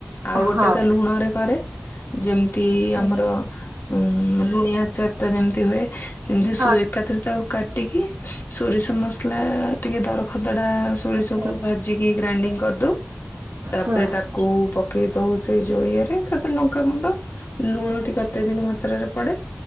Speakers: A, on the left (about 60°); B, on the right (about 75°).
A: ଆଉ ଗୋଟେ
B: ହଁ
A: ତ ଲୁଣରେ କରେ ଯେମିତି
B: ହୁଁ
A: ଆମର ଉ। ଲଣିଆ ଆଚାରଟା ଯେମିତି ହୁଏ ଯେମିତି
B: ହଁ
A: ସୁ ଏକାଥରେ ତାକୁ କାଟିକି ସୋରିଷ ମସଲା ଟିକେ ଦରଖଦଡ଼ା ସୋରିଷକୁ
B: ହୁଁ
A: ଭାଜିକି ଗ୍ରାଇଣ୍ଡିଙ୍ଗ କରିଦଉ ତାପରେ
B: ହୁଁ
A: ତା କୁ ପକେଇ ଦଉ ସେ ଳଯୋଉ ଇଏରେ ତାପରେ ଲଙ୍କାଗୁଣ୍ଡ ଲୁଣ ଟିକେ ଅତ୍ୟଧିକ ମାତ୍ରାରେ ପଡ଼େ